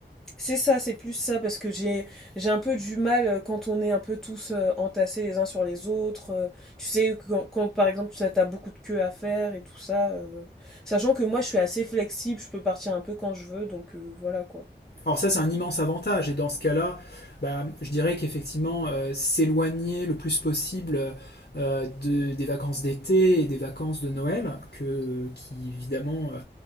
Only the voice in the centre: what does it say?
C'est ça, c'est plus ça, parce que j'ai j'ai un peu du mal euh, quand on est un peu tous euh, entassés les uns sur les autres. euh, tu sais, quand, quand, par exemple, ça t'as beaucoup de queues à faire et tout ça. euh, sachant que moi, je suis assez flexible, je peux partir un peu quand je veux, donc euh, voilà quoi.